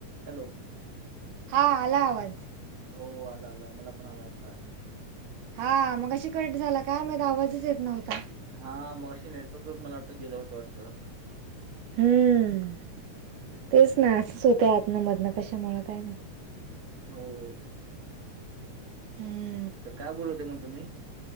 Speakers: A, on the right; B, on the right.
A: Hello
B: हा आला आवाज
A: हो आला आला मला पण आला आता
B: हा मगाशी कट झाला का माझा आवाजच येत नव्हता
A: हा मगाशी नेटवर्क मला वाटतं गेलं होतं वाटतं
B: हम्म तेच ना असच होत आधन मधन कशामुळें काय माहित
A: हो
B: हम्म
A: तर काय बोलवते मग तुम्ही